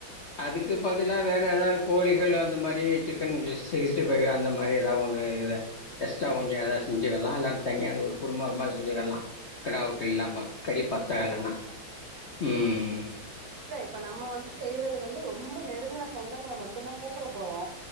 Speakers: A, on the left (about 60°); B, on the right (about 65°).
A: அதுக்கு பதிலா வேற எதாவ் கோழிகள் அந்த மாரி சிக்கன் சிக்ஸ்ட்டி சிக்ஸ்ட்டி ஃபைவு அந்த மாரி எதாவ் ஒன்னு இது எக்ஸ்ட்ரா கொஞ்சோ எதா செஞ்சுக்கிட்லா இல்ல தனியா ஒரு குருமா ருமா செஞ்சுக்கிட்லா கெடா வெட்டு இல்லாம கறி பத்தகலன்னா ம்
B: இல்ல இப்ப நம்ம வந்து செய்யறது வந்து ரொம்ப நெருங்கன சொந்தங்கள மட்டுந்தா கூப்புட போறோ